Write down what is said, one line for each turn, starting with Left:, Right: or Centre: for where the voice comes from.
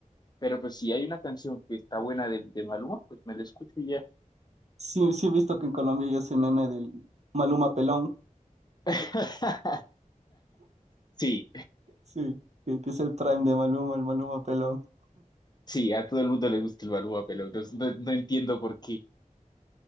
Left: pero pues si hay una canción que está buena de, de Maluma, pues me la escucho y ya.
Right: Sí, sí he visto que en Colombia ya ese meme del Maluma Pelón.
Left: <laughs> Sí.
Right: Sí, que, que es el prime de Maluma, el Maluma Pelón.
Left: Sí, a todo el mundo le gusta el Maluma Pelón. No, no no entiendo por qué.